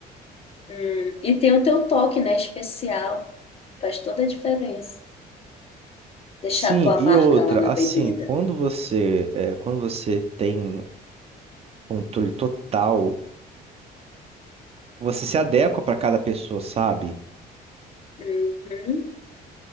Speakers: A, on the left; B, on the right.
A: Hum, E tem o teu toque, né? Especial. Faz toda a diferença. Deixar
B: Sim,
A: a tua
B: e
A: marca
B: outra,
A: lá na
B: assim,
A: bebida.
B: quando você, é, quando você tem controle total, você se adequa para cada pessoa, sabe?
A: Uhum.